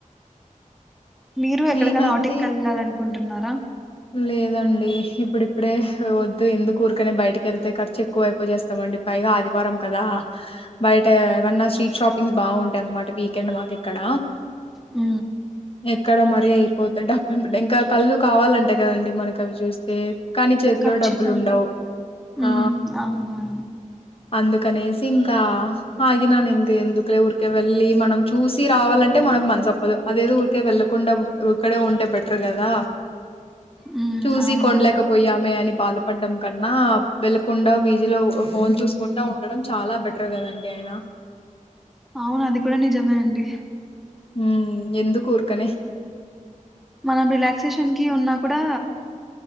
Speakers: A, in the centre; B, on the left.
A: మీరు ఎక్కడికైనా
B: నేనైతే
A: ఆవటింగ్కి వెళ్ళాలంటే కొంటన్నారా
B: లేదండి ఇప్పుడిప్పుడే వద్దు ఎందుకు ఊరుకనే బయటకి వెళ్తే ఖర్చు ఎక్కువ అైపో చేస్తామండి పైగా ఆదివారం కదా బయట ఏమన్నా స్ట్రీట్ షాపింగ్స్ బాగుంటాయి అన్నమాట వీకెండ్ మాకు ఇక్కడ
A: ఆ
B: ఇక్కడ మరీ అయిపోతతుంది డబ్బులు ఇంకా కళ్ళు కావాలంటే అంతే కదండి మనకు అవి చూస్తే కానీ చేతిలో
A: ఖచ్చితంగా
B: డబ్బులు ఉండవు ఆ
A: ఉ అవునాను
B: అందుకనేసి ఇంకా ఆగినను ఇంక ఎందుకలే ఊరికే వెళ్ళి మనం చూసి రావాలంటే మనకు మంచిసు ఒప్పదు అదేది ఊరికే వెళ్ళకుండా ఇక్కడే ఉంటే బెటర్ కదా
A: మ్మ్
B: చూసి
A: అవునవునండి
B: కొండలేకపోయామే అని బాధ పడ్డం కన్నా వెళ్లకుండా పీజీలో ఫోన్ చూసుకుంటడా ఉండడం చాలా బెటర్ కదండి ఆయన
A: అవును అది కూడా నిజమే అండి
B: ఉ ఎందు కూర్కనే
A: మనం రిలాక్సేషన్ కి ఉన్నా కూడా